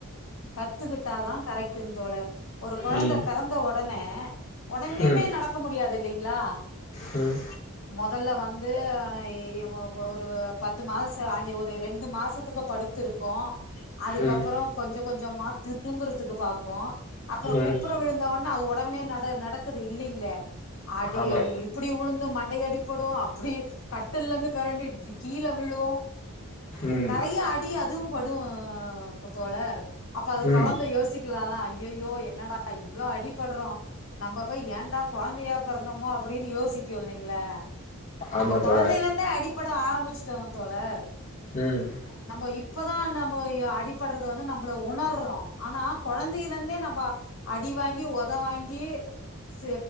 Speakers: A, on the left (about 65°); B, on the left (about 30°).
A: கத்துக்கிட்டாதா கரெக்ட்டுங் தோழர் ஒரு கொழந்த
B: ம்
A: பெறந்த ஒடனே ஒடனனே
B: ம்
A: நடக்க முடியாது இல்லிங்களா
B: ம்
A: மொதல்ல வந்து ஏ வப் ஒரு பத்து மாச அஞ்சி ஒரு ரெண்டு மாசத்துக்கு படுத்துருக்கோ அதுக்கப்றோ
B: ம்
A: கொஞ்ச கொஞ்சமா திரும்புறதுக்கு பாக்கு அப்றோ
B: ம்
A: குப்புற விழுந்தவொன்னே அது ஒடனே நட நடக்குது இல்லிங்களே அடி
B: ஆமா
A: இப் அப்டி உழுந்து மண்டைய அடிப்படு அப்டி கட்டிலருந்து பெரண்டு கீழ விழு
B: ம்
A: நெறைய அடி அதுவு படு தோழர் அப்ப அது
B: ம்
A: கொழந்த யோசிக்கலால ஐய்யய்யோ என்னடா இவ்ளோ அடிபட்றோ நம்ப போய் ஏண்டா கொழந்தையா பெறந்தோமோ அப்டினு யோசிக்கு இல்லிங்களா
B: ஆமா
A: நம்ம கொழந்தையிலேருந்தே
B: தோழா
A: அடிபட ஆரம்பிச்சுட்டோ தோழர்
B: ம்
A: நம்போ இப்பதா நம்போ யோ அடிபடுறது வந்து நம்பள உணர்றோ ஆனா கொழந்தையிலேருந்தே நம்ப அடி வாங்கி ஒத வாங்கி ச